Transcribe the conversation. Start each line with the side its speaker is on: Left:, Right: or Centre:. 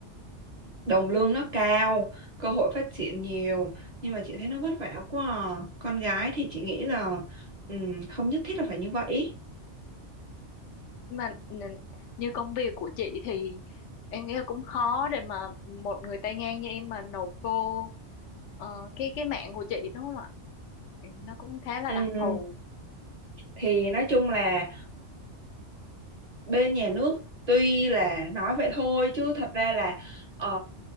Right: đồng lương nó cao, cơ hội phát triển nhiều, nhưng mà chị thấy nó vất vả quá à. Con gái thì chị nghĩ là ừm, không nhất thiết là phải như vậy.
Left: Nhưng mà ừ, như công việc của chị thì em nghĩ là cũng khó để mà một người tay ngang như em mà nộp vô ờ, cái cái mạng của chị đúng không ạ nó cũng khá là
Right: Ừm,
Left: đặc thù
Right: thì nói chung là bên nhà nước tuy là nói vậy thôi chứ thật ra là ờ,